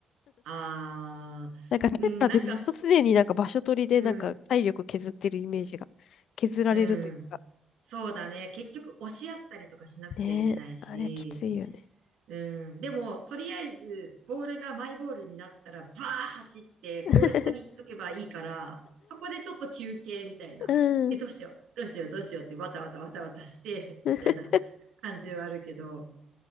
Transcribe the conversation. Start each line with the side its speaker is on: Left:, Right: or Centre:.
Right: あー、
Left: なんか、ケンタってずっと常になんか場所取りでなんか体力削ってるイメージが、
Right: うん、なんかそ、そ、うん、
Left: 削られるというか。
Right: うん。そうだね。結局、押し合ったりとかしなくちゃいけないし、
Left: ねえ、あれはきついよね。
Right: うん。でも、とりあえず、ボールがマイボールになったら、バー走って、
Left: <laughs>
Right: ゴール下に行っとけばいいから、そこでちょっと休憩みたいな。
Left: うん。
Right: で、どうしよう、どうしよう、どうしようって、わたわたわたわたして、
Left: <laughs>
Right: <laughs> みたいな感じはあるけど、